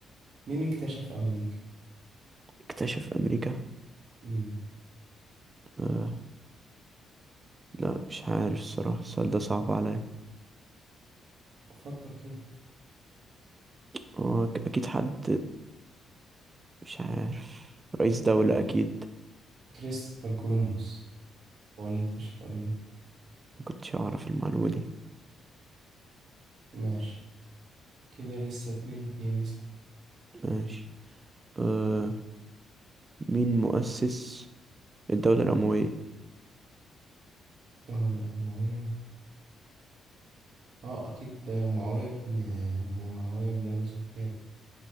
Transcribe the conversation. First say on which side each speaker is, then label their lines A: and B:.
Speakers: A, on the right (about 60°); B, on the right (about 30°).
A: مين اكتشف أمريكا؟
B: اكتشف أمريكا
A: مم.
B: آه. لا مش عارف الصراحة السؤال ده صعب عليا
A: فكر كده
B: آه. أك- أكيد حد مش عارف رئيس دولة أكيد
A: كريستوفر كولومبوس هو اللي اكتشف أمريكا
B: مكنتش أعرف المعلومة دي
A: ماشي كده لسه اتنين اتنين اسأل
B: ماشي آه. مين مؤسس الدولة الأموية
A: ده ولا معاوية اه اكيد معاوية بن معاوية بن ابي سفيان